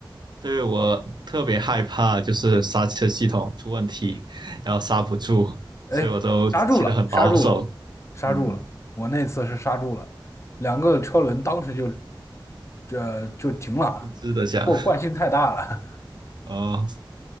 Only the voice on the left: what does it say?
哎，
刹住了，刹住了，刹住了！
我那次是刹住了，两个车轮当时就这就停了，
我惯性太大了。